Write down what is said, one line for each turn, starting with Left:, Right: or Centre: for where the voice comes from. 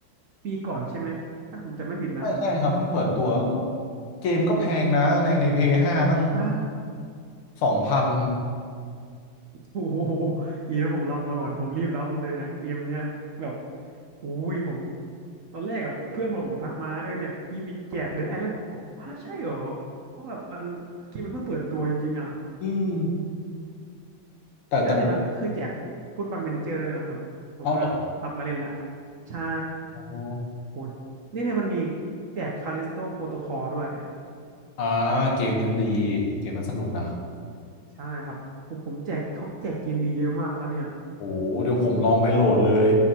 Right: ปีก่อนใช่ไหมถ้าผมจะไม่ผิดนะ
Left: ใช่ใช่ครับเพิ่งเปิดตัวก็เกมก็แพงนะในในเพย์ห้าตั้ง
Right: ใช่
Left: สองพัน
Right: โอ้โหดีนะผมรับมาก่อนผมรีบรับเลยนะเกมเนี้ยแบบอุ้ยผมตอนแรกอะเพื่อนผมทักมาเออเนี่ยอีพิกแจกเดดไอแลนด์สองผมฮะใช่เหรอเพราะแบบมันเกมมันเพิ่งเปิดตัวจริงๆอ่ะ
Left: <laughs> อืมแต่แต่ว่า
Right: แล้วเนี่ยมันก็เคยแจกฟุตบอล m มเนเจอร์ด้วยนะครับผมก็รับมาเล่นละ
Left: เอาเหรอ
Right: ใช่
Left: โอ้
Right: โหนี่เนี่ยมันมีแจกคาลิสโตโปรโตคอลด้วย
Left: อ่าเกมนี้มันดีเกมมันสนุกนะ
Right: ใช่ครับโอ้ผมแจกเขาแจกเกมดีเยอะมากนะเนี่ย
Left: โอ้เดี๋ยวผมลองไปโหลดเลย